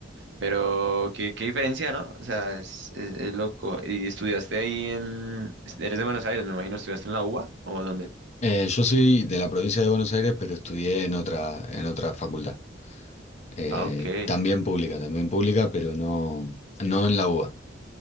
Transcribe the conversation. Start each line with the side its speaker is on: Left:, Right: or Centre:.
Right: Pero qué, qué diferencia, ¿no? O sea, es, es- es loco. ¿Y estudiaste ahí en... Eres de Buenos Aires, me imagino, ¿estudiaste en la UBA o dónde?
Left: Eh, yo soy de la provincia de Buenos Aires, pero estudié en otra, en otra facultad, eh,
Right: Ah, ok.
Left: también pública, también pública, pero no, no en la UBA.